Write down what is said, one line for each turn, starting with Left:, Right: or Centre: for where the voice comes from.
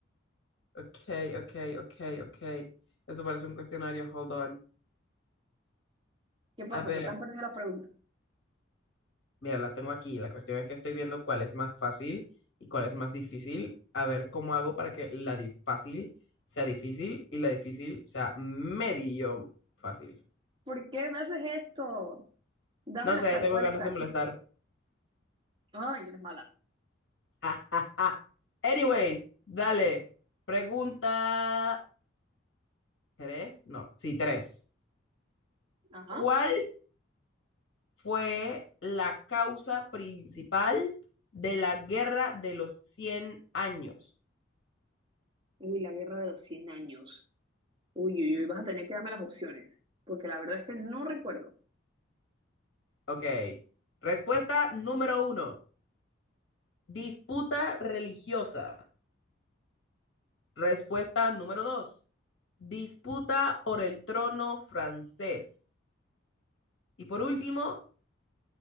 Left: Ok, ok, ok, ok. Eso parece un cuestionario, hold on.
Right: ¿Qué pasó?
Left: A ver,
Right: Se te han perdido las preguntas.
Left: mira, las tengo aquí. La cuestión es que estoy viendo cuál es más fácil y cuál es más difícil. A ver cómo hago para que la di- fácil sea difícil y la difícil sea medio fácil.
Right: ¿Por qué me haces esto? Dámelas
Left: No sé,
Right: tal
Left: tengo
Right: cual
Left: ganas
Right: están.
Left: de molestar.
Right: Ay, eres mala.
Left: <laughs> Anyways, dale. Pregunta tres, no, sí, tres.
Right: Ajá.
Left: ¿Cuál fue la causa principal de la Guerra de los 100 años?
Right: Uy, la guerra de los 100 años. Uy, uy, uy, vas a tener que darme las opciones, porque la verdad es que no recuerdo.
Left: Ok. Respuesta número uno, disputa religiosa. Respuesta número dos, disputa por el trono francés. Y por último,